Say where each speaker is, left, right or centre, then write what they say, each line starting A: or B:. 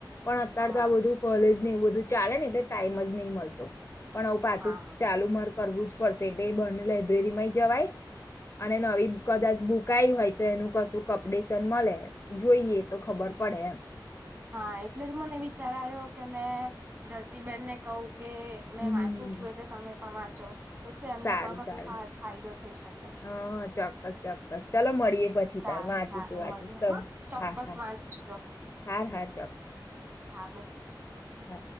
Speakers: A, on the left; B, on the right.
A: પણ અત્યાર
B: હા
A: તો આ બધું કોલેજ ને એવું બધું ચાલે ને એટલે ટાઈમ જ નહીં મળતો પણ આવું પાછું
B: હા
A: ચાલુ માર કરવું જ પડશે એટલે બહને લાઈબ્રેરીમાંય જવાય અને નવી કદાચ ભૂકઈ હોય તો એનું કશું અપડેશન મળે જોઈએ તો ખબર પડે એમ
B: હા એટલે જ મને વિચાર આવ્યો કે મેં ધરતીબેનને કહું કે મેં
A: હમ્મ.
B: વાંચું છું એટલે તમે પણ વાંચો તો શું એમને
A: સારું
B: પણ કોઈ
A: સારું
B: ફાયદો થઈ શકે
A: હા ચોક્કસ ચોક્કસ ચલો મળીએ પછી
B: સારું
A: તાર વાંચીશું
B: સારું
A: વાંચીશ
B: મળેએ
A: તો
B: હા ચોક્કસ
A: હા હા
B: વાંચજો
A: હાર હાર
B: હા મુકું
A: હે